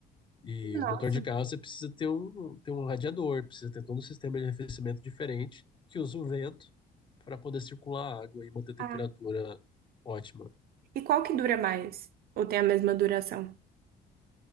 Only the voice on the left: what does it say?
E
o motor de carro, você precisa ter um, ter um radiador, precisa ter todo um sistema de arrefecimento diferente, que usa o vento para poder circular a água e manter a temperatura
ótima.